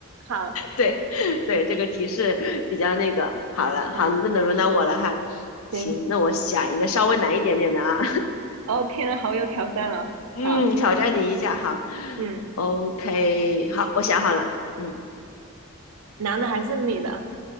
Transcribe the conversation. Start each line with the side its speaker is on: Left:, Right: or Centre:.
Right: 好，
Left: 对，对，
Right: 嗯
Left: 这个提示比较那个。好了，好，
Right: 嗯，
Left: 那轮到我了哈。行，
Right: 行。
Left: 那我想一个稍微难一点点的啊。
Right: 哦，天呐，好有挑战了。
Left: <laughs> 嗯，
Right: 好，
Left: 挑战你一下，好
Right: 嗯，
Left: ，OK，好，我想好了。嗯，
Right: 男的还是女的？